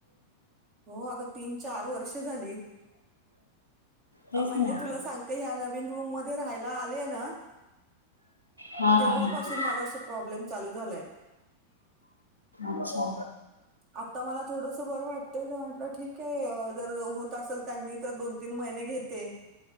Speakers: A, on the right; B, on the left.
A: हो अग तीन चार वर्ष झाली,
B: तेच
A: म्हणजे
B: ना
A: तुला सांगते ह्या नवीन रूम म राहायला आले ना.
B: हा
A: तेव्हापासून
B: हा हा
A: माझा अस प्रॉब्लेम चालू झालाय.
B: अच्छा
A: आता मला थोडस बरं वाटतय म्हटलं ठीक आहे जर होत असेल त्यांनी तर दोन तीन महिने घेते,